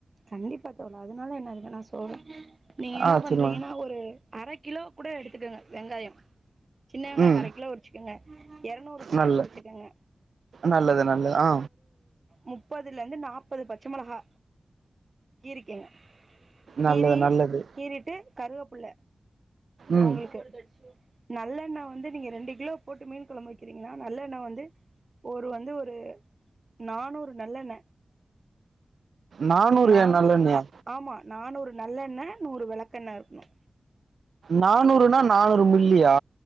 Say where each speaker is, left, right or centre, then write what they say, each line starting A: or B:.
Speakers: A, on the right; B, on the right.
A: கண்டிப்பா தோழா அதுனால என்ன இருக்கு நா சொல்ற நீங்க என்ன
B: ஆ
A: பண்றீங்கன்னா
B: சொல்லுங்க
A: ஒரு அர கிலோ கூட எடுத்துக்கங்க வெங்காயோ சின்னவெங்காயோ
B: ம்
A: அர கிலோ உருச்சுக்கங்க எரநூறு பூண்டு
B: நல்ல
A: உருச்சுக்கங்க
B: நல்லது நல்லது ஆ
A: முப்பதுல இருந்து நாப்பது பச்ச மிளகா கீரிக்கனு கீறி
B: நல்லது நல்லது
A: கீறிட்டு கருவேப்புள
B: ம்
A: உங்களுக்கு நல்லெண்ண வந்து நீங்க ரெண்டு கிலோ போட்டு மீன் கொழம்பு வைக்கிறீங்கன்னா நல்லெண்ணவந்து ஒரு வந்து ஒரு நானூறு நல்லெண்ண
B: நானூறு
A: நா
B: ஏா நல்லெண்ணயா
A: ஆமா நானுறு நல்லெண்ண நூறு வெளக்கெண்ண இருக்கணு
B: நாநூறுனா நாநூறு மில்லியா